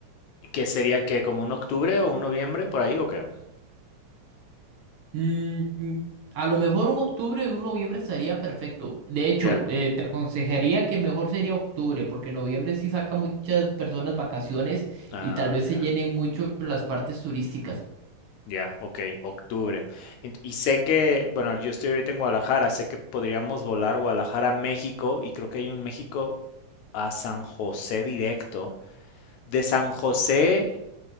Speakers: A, on the left; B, on the right.
A: ¿Qué sería que como un octubre o un noviembre por ahí o qué?
B: Mm, mm, a lo mejor un octubre o un noviembre estaría perfecto. De hecho,
A: Ya.
B: eh, te aconsejaría que mejor sería octubre, porque noviembre sí saca muchas personas vacaciones
A: Ah,
B: y tal vez
A: ya.
B: se llenen mucho las partes turísticas.
A: Ya, ok, octubre. Ent- Y sé que, bueno, yo estoy ahorita en Guadalajara, sé que podríamos volar Guadalajara a México y creo que hay un México a San José directo. De San José,